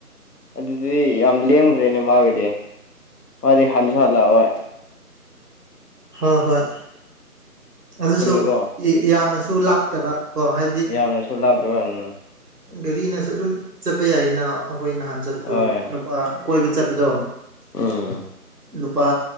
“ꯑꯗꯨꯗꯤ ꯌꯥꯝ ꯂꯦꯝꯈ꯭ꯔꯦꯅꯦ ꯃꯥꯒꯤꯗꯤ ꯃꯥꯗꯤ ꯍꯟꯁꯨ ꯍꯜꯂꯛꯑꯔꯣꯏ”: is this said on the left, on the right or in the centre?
Left